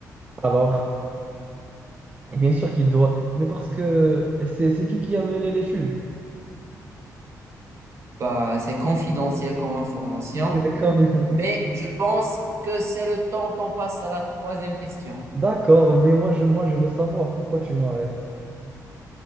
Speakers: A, on the right; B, on the right.
A: Alors, et bien sûr qu'il doit. Mais parce que c'est c'est qui qui a mené l'étude?
B: Bah, c'est confidentiel comme information,
A: C'est <laughs> quand ils ont-
B: mais je pense que c'est le temps qu'on passe à la troisième question.
A: D'accord, mais moi je, moi, je veux savoir pourquoi tu m'arrêtes.